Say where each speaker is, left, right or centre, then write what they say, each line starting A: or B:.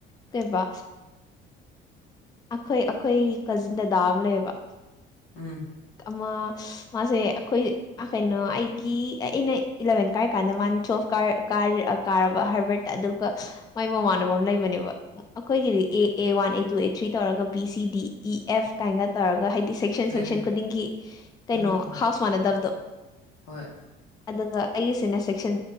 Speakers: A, on the left (about 20°); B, on the left (about 80°).
A: ꯀꯩꯕꯥ ꯑꯈꯣꯏ ꯑꯈꯣꯏ ꯀꯖꯤꯟ ꯗꯗꯥ ꯑꯃ ꯂꯩꯌꯦꯕ
B: ꯎꯝ
A: ꯑꯃꯥ ꯃꯥꯁꯦ ꯑꯩꯈꯣꯏ ꯀꯩꯅꯣ ꯑꯩꯒꯤ ꯑꯩꯅ ꯏꯂꯚꯦꯟ ꯀꯥꯏꯔꯀꯥꯟꯗ ꯃꯥꯅ ꯇꯨꯋꯜꯞ ꯀꯥꯔ ꯀꯥꯔꯕ ꯍꯥꯏꯕꯩ ꯑꯗꯨꯒ ꯃꯥꯏ ꯃꯃꯥꯟꯅꯕ ꯑꯃ ꯂꯩꯕꯅꯦꯕ ꯑꯩꯈꯣꯏꯒꯤꯗꯤ A A one A two A three ꯇꯧꯔꯒ B C D E F ꯀꯥꯏꯅꯒ ꯇꯧꯔꯒ ꯍꯥꯏꯗꯤ ꯁꯦꯛꯁꯟ ꯁꯦꯛꯁꯟ
B: ꯂꯩ ꯂꯩ
A: ꯈꯨꯗꯤꯡꯒꯤ ꯀꯩꯅꯣ
B: ꯎꯝ ꯎꯝ
A: ꯍꯥꯎꯁ ꯃꯅꯗꯕꯗꯣ
B: ꯍꯣꯏ
A: ꯑꯗꯨꯒ ꯑꯩꯒꯤꯁꯤꯅ ꯁꯦꯛꯁꯟ